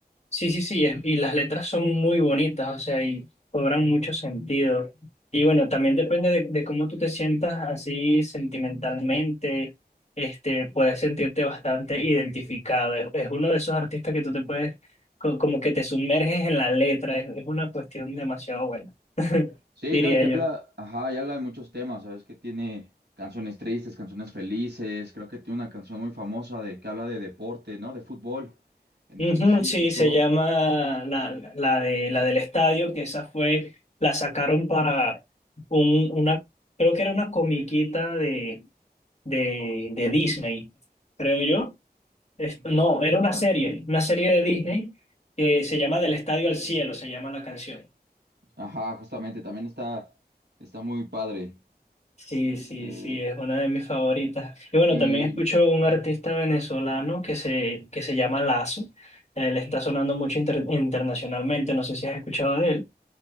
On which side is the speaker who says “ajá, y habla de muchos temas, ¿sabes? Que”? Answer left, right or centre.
Right